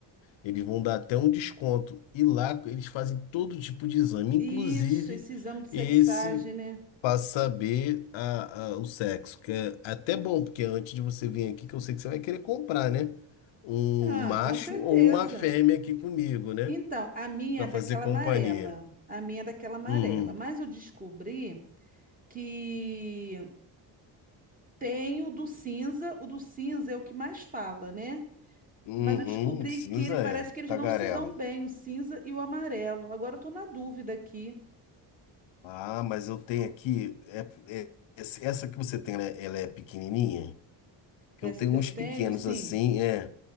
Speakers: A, on the left; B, on the right.
A: eles vão dar até um desconto. E lá eles fazem todo tipo de exame, inclusive
B: Isso, esse exame de sexagem,
A: esse.
B: né?
A: Pra saber a, a- o sexo, que é até bom, porque antes de você vir aqui, que eu sei que você vai querer comprar, né? Um
B: Ah,
A: macho
B: com certeza.
A: ou uma fêmea aqui comigo, né?
B: Então, a minha
A: para
B: é daquela
A: fazer companhia.
B: amarela. A minha é daquela amarela.
A: Uhum.
B: Mas eu descobri que tem o do cinza. O do cinza é o que mais fala, né?
A: Uhum,
B: Mas eu descobri
A: cinza
B: que ele, parece
A: é,
B: que eles
A: tagarela.
B: não se dão bem, o cinza e o amarelo. Agora eu tô na dúvida aqui.
A: Ah, mas eu tenho aqui, é, é- esse- essa que você tem, né? Ela é pequenininha? Que
B: Essa
A: eu tenho
B: que eu
A: uns
B: tenho,
A: pequenos
B: sim,
A: assim, é.